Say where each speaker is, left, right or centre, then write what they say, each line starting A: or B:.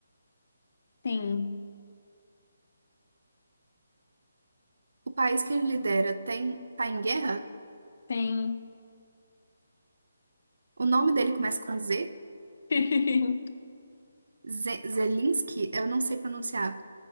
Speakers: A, on the left; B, on the right.
A: Sim.
B: O país que ele lidera tem, tá em guerra?
A: Sim.
B: O nome dele começa com Z?
A: <laughs>
B: Ze- Zelensky, eu não sei pronunciar.